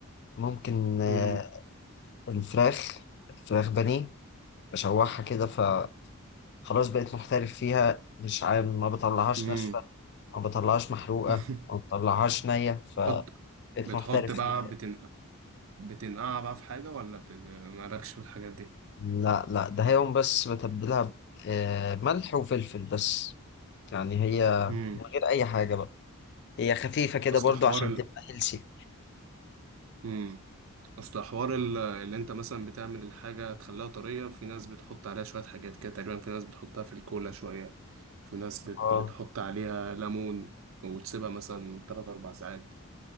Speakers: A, on the left; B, on the right.
A: ممكن آه،
B: امم
A: الفراخ الفراخ بانيه بشوحها كده فخلاص بقيت محترف فيها مش عارف ما بطلعهاش
B: امم
A: ناشفة ما بطلعهاش محروقة
B: <laughs>
A: ما بطلعهاش نية فبقيت
B: حط بتحط
A: محترف
B: بقى
A: فيها يعني.
B: بتن... بتنقع بقى في حاجة ولا ب... ب- مالكش في الحاجات دي
A: لا لا ده هي يوم بس بتبلها ب- آه، ملح وفلفل بس يعني هي
B: امم
A: من غير أي حاجة بقى هي خفيفة كده
B: اصل
A: برضو
B: حوار
A: عشان
B: ال...
A: تبقى هيلسي
B: امم اصل حوار ال... اللي انت مثلا بتعمل الحاجة تخليها طرية في ناس بتحط عليها شوية حاجات كده تقريبا في ناس بتحطها في الكولا شوية في ناس بت...
A: اه
B: بتحط عليها ليمون وتسيبها مثلا 3 4 ساعات